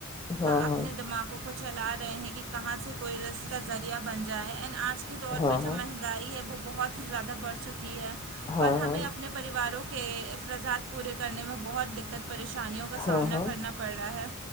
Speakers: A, on the left; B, on the right.
A: ہاں ہاں
B: اپنے دماغوں کو چلا رہے ہیں کہ کہاں سے کوئی رق کا ذریعہ بن جائے اینڈ آج کے طور
A: ہاں
B: پہ
A: ہاں
B: جو مہنگائی ہے وہ بہت ہی زیادہ بڑھ چکی ہے
A: ہاں
B: اور ہمیں
A: ہاں ہاں
B: اپنے پریواروں کے افراضات پورے کرنے میں بہت دقت پریشانیوں کا سامنا
A: ہاں ہاں
B: کرنا پڑ رہا ہے